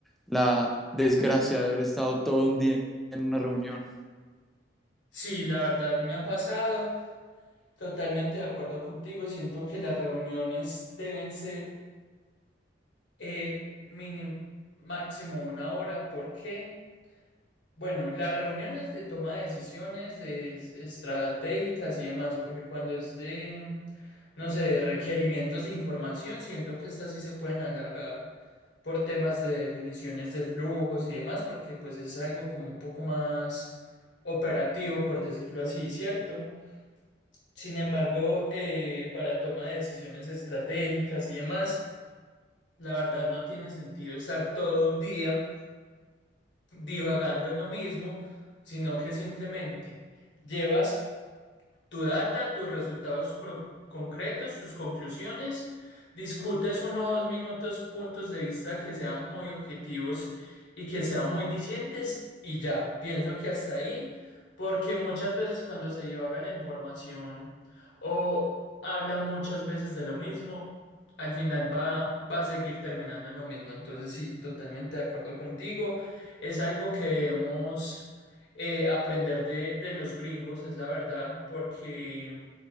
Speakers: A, in the centre; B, on the left.
A: la desgracia de haber estado todo un día en una reunión.
B: sí, la verdad me ha pasado, totalmente de acuerdo contigo, siento que las reuniones deben ser eh, mínimo, máximo una hora, ¿por qué? Bueno, las reuniones de toma de decisiones de es- estratégicas y demás, porque cuando es de, no sé, de requerimientos de información, siento que estas sí se pueden alargar por temas de definiciones de flujos y demás, porque pues es algo como un poco más operativo, por decirlo así, ¿cierto? Sin embargo, eh, para toma de decisiones estratégicas y demás, la verdad no tiene sentido estar todo un día. divagando en lo mismo, sino que simplemente llevas tu data, tus resultados cro- concretos, tus conclusiones. Discutes uno o dos minutos puntos de vista que sean muy objetivos y que sean muy dicientes y ya, pienso que hasta ahí, porque muchas veces cuando se divaga la información o hablan muchas veces de lo mismo, al final va, va a seguir terminando en lo mismo. Entonces, sí, totalmente de acuerdo contigo. Es algo que debemos eh, aprender de, de los gringos, es la verdad, porque